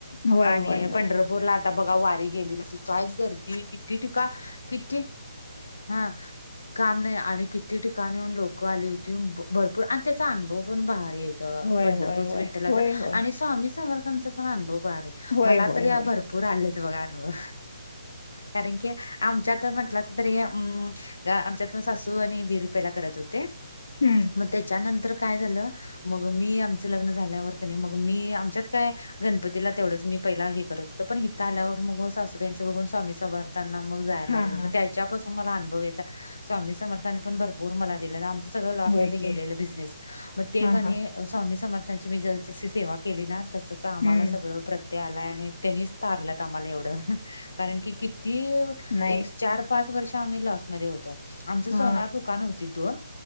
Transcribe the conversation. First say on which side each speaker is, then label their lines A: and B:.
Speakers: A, on the left (about 50°); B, on the left (about 80°).
A: होय
B: आणि
A: होय होय.
B: पंढरपूरला आता बघा वारी गेली होती काय गर्दी? किती ठिकाणी किती हा काम नाही आणि कि ती ठिकाणी हुन लोकं आली होती. भरपूर आणि त्याचा अनुभव पण भारीय.
A: होय
B: पंढरपूरच
A: होय होय
B: विठ्ठलाच
A: होय होय
B: आणि स्वामी समर्थांचा पण अनुभव भारीय.
A: होय
B: मला
A: होय
B: तरी या
A: होय
B: भरपूर आलेत बघा अनुभव. कारण की आमच्यात म्हंटलंच तरी अ आमच्यात सासू आणि दीर पाहिला करत होते.
A: हम्म.
B: मग त्याच्यानंतर काय झालं, मग मी आमचं लग्न झाल्यावर क ने मग मी आमच्यात काय गणपतीला तेवढंच मी पहिला हे करत होतं, पण हित आल्यावर मग सासूबाईंचं बघून स्वामी समर्थ ना मग जायला
A: हा
B: लागले.
A: हा
B: त्याच्यापासून मला अनुभव येता. स्वामी समर्थानी भरपूर मला दिलय. आम सगळ लॉस्
A: होय
B: मध्ये
A: की
B: गेलेला बिझनेस. मग ते
A: हा
B: कनी
A: हा
B: स्वामी समर्थांची मी जसं जशी सेवा केली ना तस आम्हाला
A: हम्म
B: सगळं प्रत्यय आलाय, आणि त्यांनीच तारल्यात आम्हाला एवढं. कारण की किती
A: नाही
B: एक चार-पाच वर्ष आम्ही लॉसमध्ये होतो. आमची
A: हा
B: सोनार दुकान होती दोन.